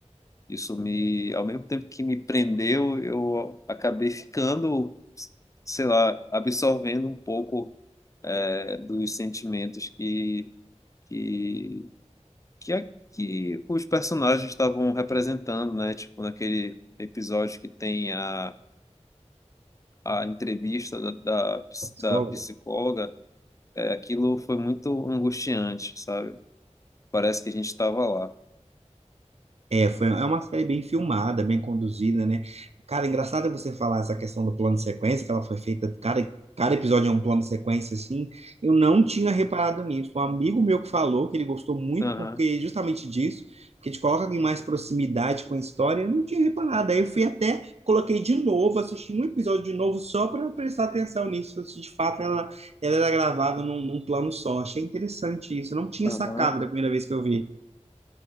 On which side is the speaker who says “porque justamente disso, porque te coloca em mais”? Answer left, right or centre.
Right